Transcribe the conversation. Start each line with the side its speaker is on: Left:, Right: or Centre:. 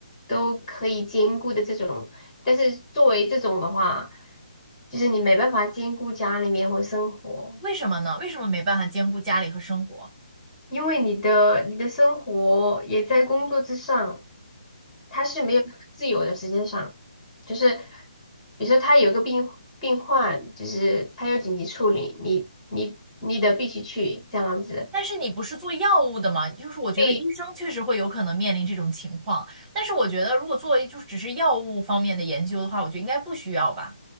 Left: 都可以兼顾的这种。但是作为这种的话，就是你没办法兼顾家里面或生活，
Right: 为什么呢？为什么没办法兼顾家里和生活？
Left: 因为你的你的生活也在工作之上，他是没有那么自由的时间上，就是比如说他有个病病患，就是他有紧急处理，你你你得必须去这样子。
Right: 但是你不是做药物的吗？就是我觉得医生确实会有可能面临这种情况，
Left: 对
Right: 但是我觉得如果做就是只是药物方面的研究的话，我觉得应该不需要吧。